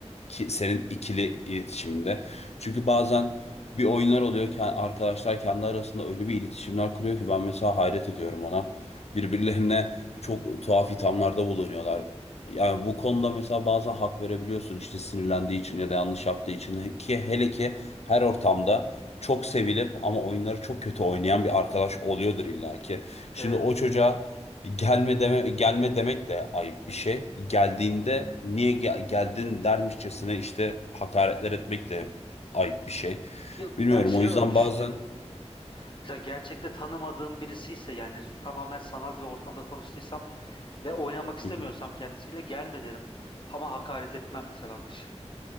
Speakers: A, on the left; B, on the left.
A: ki, senin ikili iletişiminde. Çünkü bazen bir oyunlar oluyor ki arkadaşlar kendi arasında öyle bir iletişimler kuruyor ki ben mesela hayret ediyorum ona. Birbirlerine çok tuhaf ithamlarda bulunuyorlar. Yani bu konuda mesela bazen hak verebiliyorsun işte sinirlendiği için ya da yanlış yaptığı için ki hele ki her ortamda çok sevilip ama oyunları çok kötü oynayan bir arkadaş oluyordur illaki.
B: Evet.
A: Şimdi o çocuğa Gelme deme, gelme demek de ayıp bir şey. Geldiğinde niye ge- geldin dermişçesine işte hakaretler etmek de ayıp bir şey.
B: Ya ben
A: Bilmiyorum
B: şey
A: o yüzden
B: öyle düşünüyorum.
A: bazen
B: Mesela gerçekte tanımadığım birisi ise yani tamamen sanal bir ortamda tanıştıysam ve oynamak istemiyorsam
A: Hı hı.
B: kendisiyle gelme derim. Ama hakaret etmem mesela o kişi.